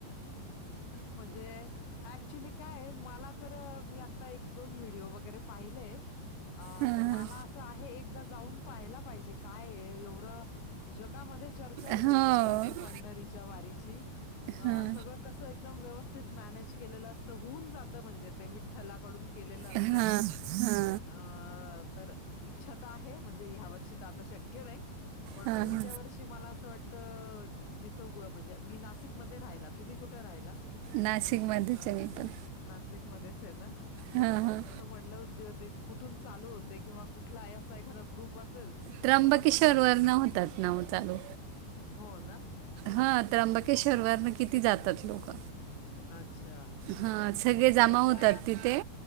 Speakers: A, on the left; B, on the right.
A: म्हणजे. ऍक्च्युली काय मला तर मी आता एक दोन व्हिडिओ वगैरे पाहिलेय. अ
B: हां
A: तर मला असं आहे एकदा जाऊन पाहायला पाहिजे काय आहे एवढं. जगामध्ये चर्चा होते
B: हां
A: वारीची
B: हो
A: पंढरीच्या वारीची. अ
B: हां
A: सगळं कसं एकदम व्यवस्थित मॅनेज केलेलं असतं होऊन जातं म्हणजे ते. थलाकडून केलेलं असत.
B: हां हां
A: अ तर इच्छा तर आहे म्हणजे ह्या वर्षी तर आता शक्य नाही. पण
B: हां
A: पुढच्या
B: हां
A: वर्षी मला असं वाटतं जिथं म्हणजे मी नाशिकमध्येध्ये राहिला तुम्ही कुठे राहिला.
B: नाशिक मध्ये च म पण.
A: नाशिक मध्येच आहे ना.
B: हां हां
A: म्हटलं ज कुठून चालू किंवा कुठला आहे असा एखादा ग्रुप असेल.
B: त्र्यंबकिशोर
A: तर आपण नक्कीच
B: वर न होतात नाव चालू.
A: हो ना. अ,
B: हा त्र्यंबकेशरवारन किती जातात लोक.
A: अच्छा.
B: हा
A: तर
B: सगळे
A: म्हटलं
B: जमा
A: एकदा
B: होतात तिथे